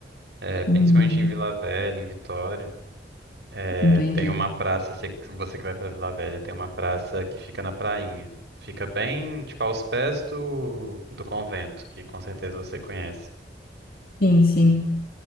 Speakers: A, on the right (about 70°); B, on the left (about 50°).
A: é, principalmente
B: Uhum,
A: em Vila Velha, em Vitória. É,
B: entendi.
A: tem uma praça, você, você que vai pra Vila Velha, tem uma praça que fica na Prainha. Fica bem, tipo, aos pés do, do convento, que com certeza você conhece.
B: Sim, sim.